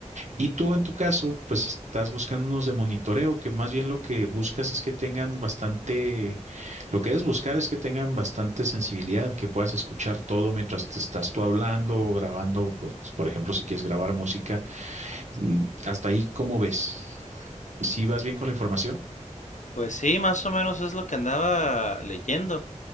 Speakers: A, on the right; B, on the left.
A: Y tú en tu caso, pues estás buscando unos de monitoreo, que más bien lo que buscas es que tengan bastante, lo que debes buscar es que tengan bastante sensibilidad, que puedas escuchar todo mientras te estás tú hablando o grabando, pues, por ejemplo, si quieres grabar música, Mm, hasta ahí, ¿cómo ves? ¿Sí vas bien con la información?
B: Pues sí, más o menos es lo que andaba leyendo.